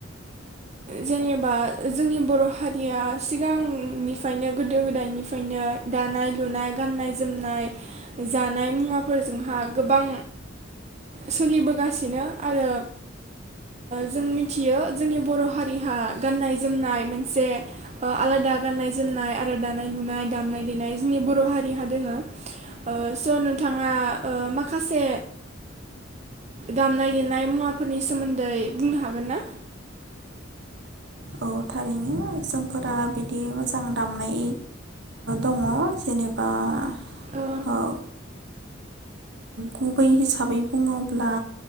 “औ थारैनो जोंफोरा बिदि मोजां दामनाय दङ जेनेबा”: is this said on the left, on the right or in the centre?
Right